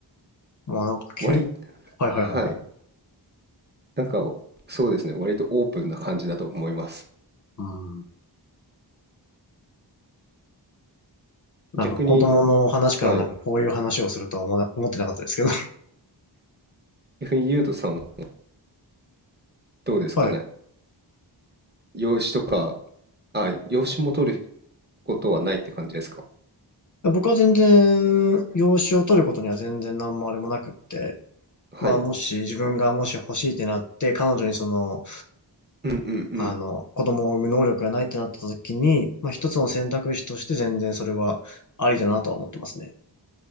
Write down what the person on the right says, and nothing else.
割、
はい。なんか、そうですね。割とオープンな感じだと思います。
逆に、はい。
逆にゆうとさんはどうですかね。
養子とか、あ、養子も取ることはないって感じですか。
はい。
うんうんうん。
っ